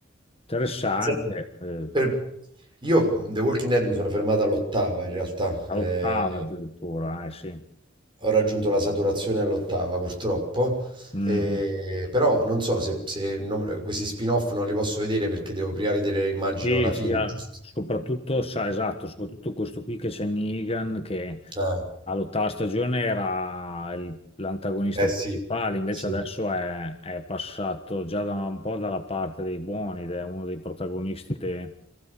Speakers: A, on the left; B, on the right.
A: Interessante,
B: Senti,
A: eh,
B: per- Io The Walking Dead mi sono fermato all'ottava in realtà.
A: all'ottava
B: eh,
A: addirittura, eh sì.
B: Ho raggiunto la saturazione all'ottava purtroppo,
A: Mhm.
B: e- però non so se, se non- questi spin-off non li posso vedere perché devo prima vedere, immagino,
A: Sì,
B: la fine,
A: sì, ah,
B: giusto?
A: soprattutto, sa, esatto, soprattutto questo qui che c'è Negan, che
B: Eh,
A: all'ottava stagione era il- l'antagonista
B: eh sì,
A: principale, invece
B: sì,
A: adesso è, è passato già da un po' dalla parte dei buoni ed è uno dei protagonisti, de-